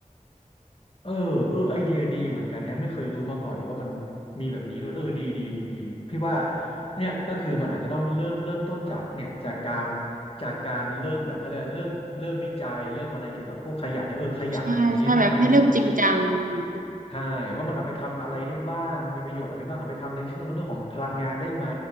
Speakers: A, on the left (about 40°); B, on the right (about 75°).
A: เออเออไอเดียดีเหมือนกันแฮะไม่เคยรู้มาก่อนเลยว่ามันมีแบบนี้ด้วยเออดีดีดีดี พี่ว่าเนี่ยก็คือมันอาจจะต้องเริ่มเริ่มต้นจากเนี่ยจากการจากการเริ่มแบบเขาเรียกว่าเริ่มเริ่มวิจัยเริ่มอะไรเกี่ยวกับพวกขยะเนี่ยเออขยะหนึ่งชิ้นมัน
B: ใช่ใช่แบบให้เริ่มจริงจังหนูคิดว่า
A: ใช่ว่ามันเอาไปทำอะไรได้บ้างมันมีประโยชน์อะไรบ้างเอาไปทำในเชิงเรื่องของพลังงานได้ไหม